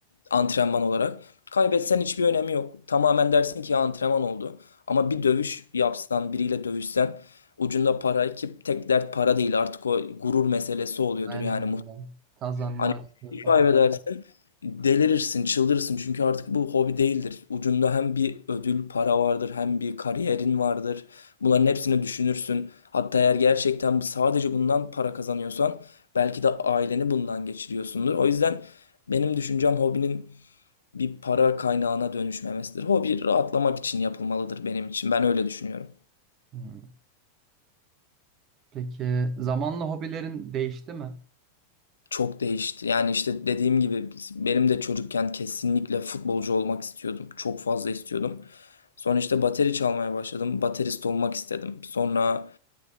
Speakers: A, on the left; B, on the right.
A: antrenman olarak kaybetsen hiçbir önemi yok. Tamamen dersin ki ya antrenman oldu. Ama bir dövüş yapsan biriyle dövüşsen ucunda para ki tek dert para değil artık o gurur meselesi oluyordur
B: Aynen
A: yani
B: öyle. Kazanma
A: Hani
B: açısı
A: bir şey
B: falan.
A: kaybedersin, delirirsin, çıldırırsın. Çünkü artık bu hobi değildir. Ucunda hem bir ödül, para vardır, hem bir kariyerin vardır. Bunların hepsini düşünürsün. Hatta eğer gerçekten bu- sadece bundan para kazanıyorsan belki de aileni bundan geçiriyorsundur. O yüzden benim düşüncem hobinin bir para kaynağına dönüşmemesidir. Hobi rahatlamak için yapılmalıdır benim için. Ben öyle düşünüyorum.
B: Hmm. Peki zamanla hobilerin değişti mi?
A: Çok değişti. Yani işte dediğim gibi benim de çocukken kesinlikle futbolcu olmak istiyordum. Çok fazla istiyordum. Sonra işte bateri çalmaya başladım. Baterist olmak istedim. Sonra